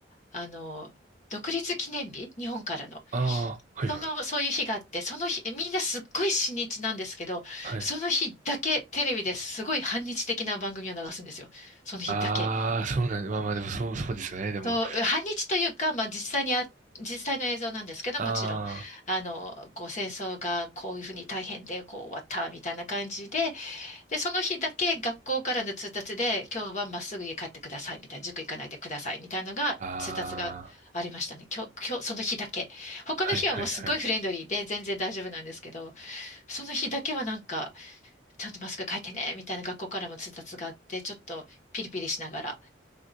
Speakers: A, on the left; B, on the right.
A: あの、独立記念日、日本からの。
B: ああ、はいはい。
A: その、そういう日があって、その日、えみんなすっごい親日なんですけど、
B: はい。
A: その日だけテレビですごい反日的な番組を流すんですよ。その日だけ。
B: ああ、そうなん、まあまあでもそう、そうですよね、でも。
A: そう、反日というか、まあ実際にあ、実際の映像なんですけど、
B: あ
A: もちろん、あの、こう戦争がこういうふうに大変で、こう終わったみたいな感じで、で、その日だけ学校からの通達で、今日はまっすぐ家帰ってくださいみたいな、塾行かないでくださいみたいなのが通達がありましたね。
B: あ、ああ。
A: 今日、今日、その日だけ。他の日はもうすごいフレンドリーで全然大丈夫なんですけど、
B: はいはいはい。
A: その日だけはなんか、ちゃんとまっすぐ帰ってねみたいな学校からも通達があって、ちょっとピリピリしながら、